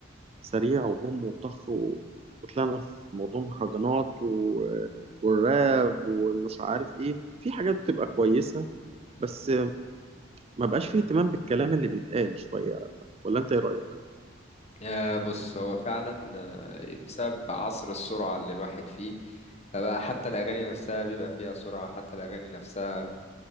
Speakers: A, on the right; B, on the left.
A: سريع وبوم وطخ و... وطلعنا في موضوع مهرجانات و... والراب ومش عارف ايه في حاجات بتبقى كويسة بس ما بقاش فيه اهتمام بالكلام اللي بيتقال شوية ولا انت ايه رأيك؟
B: آه، بص هو فعلا آه، بسبب عصر السرعة اللي الواحد فيه فبقى حتى الأغاني نفسها بيبقى فيها سرعة حتى الأغاني نفسها